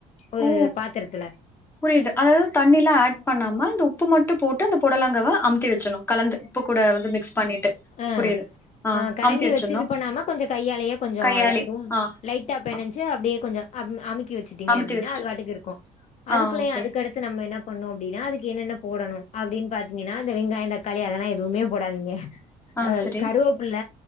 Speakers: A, on the left; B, on the left.
A: ஒரு
B: ஓ
A: பாத்திரத்துல
B: புரியிது அதாவது தண்ணில்லா ஆட் பண்ணாமா அந்த உப்பு மட்டு போட்டு அந்த புடலங்காவ அம் த்தி வெச்சர்ணு கலந்து உப்பு கூட வந்து மிக்ஸ் பண்ணிட்டு.
A: ஆ ஆ
B: புரியுது.
A: ஆ கரண்டி
B: அமுத்தி வச்சுடணும்.
A: வச்சு இது பண்ணாம கொஞ்ச கையாலயே கொஞ்சோ
B: கையாலே.
A: இல்ல ரூம்
B: ஆ
A: லைட்டா பெனஞ்சு
B: அ
A: அப்படியே கொஞ்ச அம் அமுக்கி வச்சுட்டீங்க
B: அமுத்தி
A: அப்டின்னா
B: வச்சுட்டு.
A: அது வாட்டுக்கு இருக்கு அதுக்குள்ளயே
B: ஆ ஓகே.
A: அதுக்கடுத்து நம்ம என்ன பண்ணோ அப்டினா அதுக்கு என்னென்ன போடணு அப்டின்னு பாத்தீங்கன்னா அந்த வெங்காய தக்காளி அதெல்லா எதுவுமே போடாதீங்க
B: ஆ
A: அஹ
B: சரி.
A: கருவேப்புள்ள